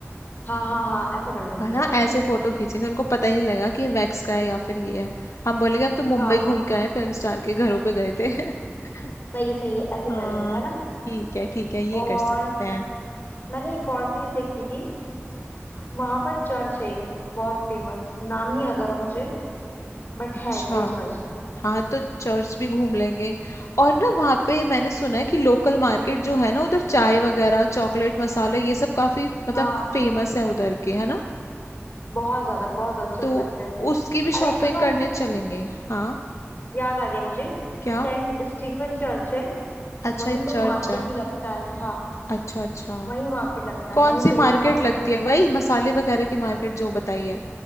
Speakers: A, on the left; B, on the left.
A: हाँ हाँ हाँ ऐसा कर लेंगे
B: है ना
A: ठीक है
B: ऐसे फोटो खींचेंगे उनको पता ही नहीं लगेगा कि ये वैक्स का है या फिर ये है हम बोलेंगे हम तो मुंबई
A: हाँ
B: घूम के आए हैं, फिल्म स्टार के घरों पे गए थे <laughs>
A: सही है सही है ऐसे
B: हाँ
A: करेंगे है ना
B: ठीक है ठीक है ये
A: और
B: कर सकते हैं
A: मैंने एक और प्लेस देखी थी वहां पर चर्च है एक बहुत फेमस नाम नहीं आता रहा मुझे बट
B: अच्छा
A: है कोई चर्च
B: हाँ तो चर्च भी घूम लेंगे और ना वहाँ पे मैंने सुना है कि लोकल मार्केट जो है ना उधर चाय वगैरह चॉकलेट मसाले ये सब काफी मतलब
A: हाँ
B: फेमस है उधर के है ना
A: बहुत ज्यादा बहुत ज्यादा चल
B: तो
A: सकते हैं
B: उसकी भी शॉपिंग
A: अरे सुनो
B: करने चलेंगे हाँ
A: याद आ गया मुझे
B: क्या
A: सेंट स्टीफन चर्च है
B: अच्छा
A: वहीं
B: ये चर्च
A: पर मार्केट
B: है
A: भी लगता है हाँ
B: अच्छा अच्छा
A: वहीं मार्केट लगता है
B: कौन
A: वहीं
B: सी
A: चलेंगे
B: मार्केट
A: मार्केट
B: लगती
A: भी
B: है वही मसाले वगैरह की मार्केट जो बताई है